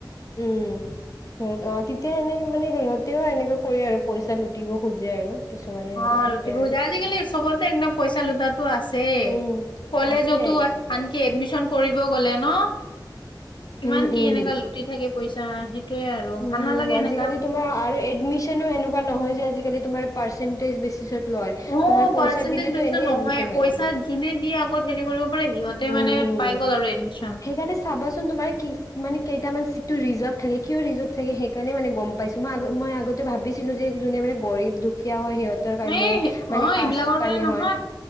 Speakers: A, on the left; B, on the left.
A: উম। সিহঁত অ, তেতিয়া এনেে মানে সিহঁতেও এনেকে কৰে আৰু পইচা লুটিব খোজে আৰু। কিছুমানে সেনেকুৱা
B: অ,
A: থাকে
B: লুটিব
A: আৰু
B: খুজা আজিকালি চবতে একদম পইচা লুতাতটো আছেই।
A: উম
B: কলেজতো
A: আছে তাকে
B: আনকি এডমিশন কৰিব গলে ন, কিমান
A: উম
B: কি
A: উম
B: এনেকা লুটি থাকে পইচা। সেইটোয়ে আৰু
A: উম,
B: ভাল নালাগে
A: আজিকালি
B: এনেকা।
A: তোমাৰ আৰু এডমিশনো এনেকোৱা নহয় যে আজিকালি তোমাৰ পাৰ্চেন্টেজ‌ বেছিছত লই,
B: অ'
A: তোমাৰ পইছা
B: পাৰ্চেন্টেজ
A: দিলে
B: বেচিছত
A: টো ইনেই
B: নহয়
A: এদমিচন হৈ
B: পইচা
A: যাব, ওহ
B: যোনে দিয়ে ক'ত হেৰি কৰিব পাৰে সিহঁতে
A: উম
B: মানে পাই গ'ল আৰু এডমিচন।
A: সেইকাৰণে চাবাচোন তোমাৰ কি মানে কেইটামান চিটটো ৰিজাৰ্ভ থাকে। কিয় ৰিজাৰ্ভ থাকে সেইকাৰণে মানে গম পাইছো। মই মই আগতে ভাবিছিলো যে যোনে মানে গৰীব দুখীয়া হয় সিহঁত কাৰণে
B: এই অ'
A: মানে কাষ্ট
B: এইবিলাকৰ
A: কাৰণে
B: নহয়
A: হয়